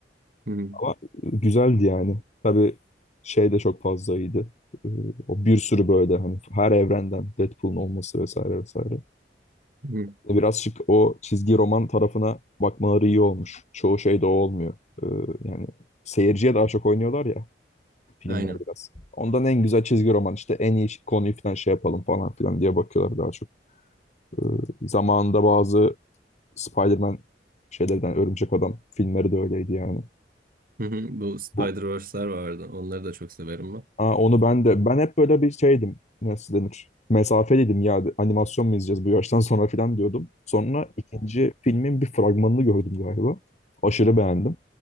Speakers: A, on the right; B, on the left.
A: Hı hı.
B: Ama güzeldi yani. Tabii şey de çok fazla iyiydi. Ee, O bir sürü böyle hani her evrenden Deadpool'un olması vesaire vesaire.
A: Hı hı.
B: Biraz şık o çizgi roman tarafına bakmaları iyi olmuş. Çoğu şey de o olmuyor. Ee, yani seyirciye daha çok oynuyorlar ya filmler
A: Aynen.
B: biraz. Ondan en güzel çizgi roman işte en iyi konuyu falan şey yapalım falan filan diye bakıyorlar daha çok. Ee, zamanında bazı Spider-Man şeylerden Örümcek Adam filmleri de öyleydi yani.
A: Hı hı. Bu Spider-Verse'ler
B: Bu
A: vardı. Onları da çok severim ben.
B: Aa, onu ben de ben hep böyle bir şeydim nasıl denir mesafeliydim ya animasyon mu izleyeceğiz bu yaştan sonra falan diyordum. Sonra ikinci filmin bir fragmanını gördüm galiba. Aşırı beğendim.